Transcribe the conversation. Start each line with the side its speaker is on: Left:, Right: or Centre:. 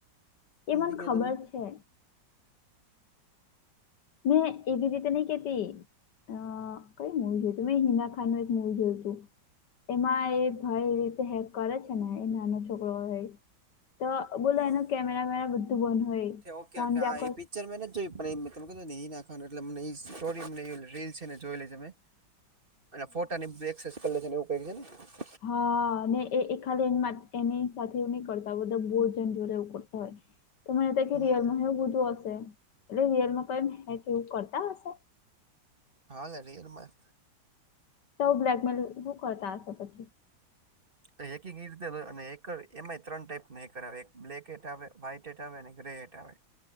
Right: સમજી
Left: એ મને
Right: ગયા
Left: ખબર
Right: તમે
Left: છે. મે એ બી રીતે નહી કેતી અ કઈ મૂવી જોઈતી મે હિના ખા ખાન નું એક મૂવી જોયું હતું. એમાં એ ભાઈ એ રીતે હેક કરે છે ને એ નાનો છોકરો હોય. તો બોલો
Right: હા
Left: એનો કેમેરા વેમેરા બધું બંધ હોય.
Right: ઓકે
Left: ફોન
Right: ઓકે
Left: બી
Right: હા
Left: આખો
Right: એબી પિક્ચર મે નથ જોઈ પણ તમે કધું ને હિના ખાન એટલે અમને એ સ્ટોરી અને એ રીલ છે ને જોએલી છે મે.
Left: <inaudible>
Right: અને ફોટાની બેકસાઈડ કરે છે ને એવું કઈ હે.
Left: હા અને એ એ ખાલી એ માટ એની સાથે એવું નહી કરતા બધા બોજન જોડે એવું કરતા હોય. તો મને કે
Right: હમ
Left: રિયલમાં એવું બધું હશે એટલે રિયલમાં કઈ હેક એવું કરતા હશે.
Right: હાલે રિયલમાં
Left: તો આવુ બ્લેકમેલ શું કરતા હશે પછી.
Right: અને હેકિંગ એ રીતે અને હેકર એમાંય ત્રણ ટાઈપના હેકર આવે એક બ્લેક હેટ આવે, વ્હાઈ હેટ આવે અને ગ્રે હેટ આવે.